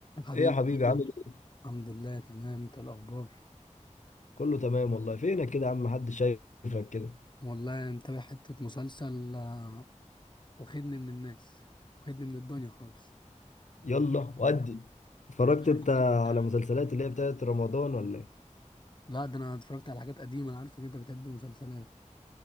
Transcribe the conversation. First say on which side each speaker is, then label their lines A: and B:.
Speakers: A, on the left; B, on the left.
A: حبيبي
B: ايه يا حبيبي عامل ايه؟
A: الحمد لله تمام انت الاخبار
B: كله تمام والله فينك كده يا عم محدش شايفك كده
A: والله متابع حته مسلسل آه، واخدني من الناس واخدني من الدنيا خالص
B: يلا ودي اتفرجت
A: أنا عارفك
B: انت
A: انت-
B: على مسلسلات اللي هي بتاعت رمضان ولا ايه؟
A: لا ده انا اتفرجت على حاجات قديمه انا عارفك انت بتحب المسلسلات